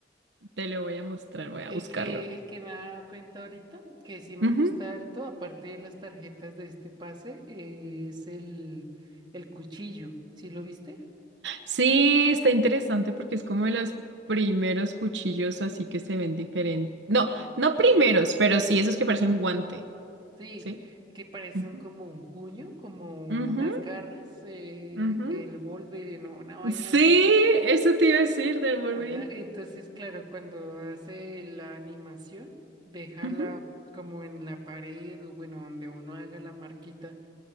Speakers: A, on the right; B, on the right.
A: Te lo voy a mostrar, voy
B: Sí,
A: a
B: El
A: buscarlo.
B: que, el que me he dado cuenta ahorita, que sí me
A: Ujú.
B: gusta harto, aparte de las tarjetas de este pase, es el, el cuchillo. ¿Sí lo viste?
A: Sí, está interesante porque es como de los primeros cuchillos así que se ven diferentes. No, no primeros, pero sí esos que parecen guante,
B: Sí,
A: ¿sí?
B: que parecen
A: Ujú.
B: como un puño, como
A: Ujú,
B: unas garras eh,
A: ujú.
B: del Wolverine o una vaina
A: Sí,
B: así.
A: eso te iba a decir del Wolverine.
B: Ajá, entonces claro, cuando hace la animación, dejarla
A: Ujú.
B: como en la pared o bueno, donde uno haga la marquita